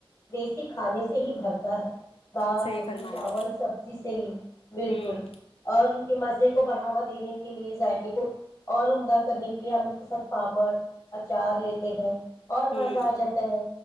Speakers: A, on the left (about 35°); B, on the left (about 75°).
A: دیسی کھانے سے ہی بھرتا ہے دال
B: صحیح
A: روٹی
B: فرمایا
A: چاول سبزی صی بالکل
B: ہوں
A: اور ان کی کے مزے کو بڑھوا دینے کے لیے ذائقے کو اور عمدہ کرنے کے لیے ہم اس کے ساتھ پاپڑ اچار لیتے ہیں اور
B: ہوں
A: مزاجت ہے